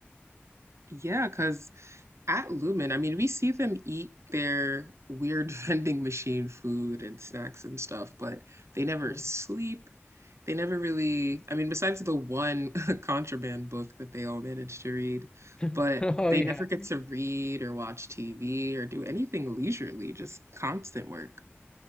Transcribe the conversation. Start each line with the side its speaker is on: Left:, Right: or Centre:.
Right: Yeah, because At Lumen, I mean, we see them eat their weird <laughs> vending machine food and snacks and stuff, but they never
Left: Mm.
Right: sleep. They never really, I mean, besides the one <laughs> contraband book that they all managed to read, but
Left: <laughs> Oh
Right: they
Left: yeah.
Right: never get to read or watch TV or do anything leisurely, just constant work.